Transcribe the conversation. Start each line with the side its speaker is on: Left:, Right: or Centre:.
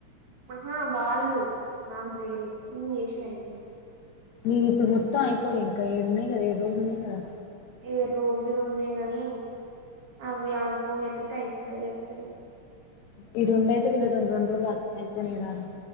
Right: ఆహా వాళ్ళు నాకు జైలు నేను చేసిన అయితే
Left: మీరు ఇప్పుడు మొత్తం అయిపోలేదు ఇంకా ఏడు ఉన్నాయి కదా ఏడు రోజులున్నాయి ఉంది కదా
Right: ఏడు రోజులు ఉన్నాయి గానీ అవి ఆ ఫోన్ ఎత్తితే అయిపోతాయి లేపుతారు
Left: ఈ రెండు అయితే వీళ్లతోనీ రెండు రోజులు అయిపోని రాదు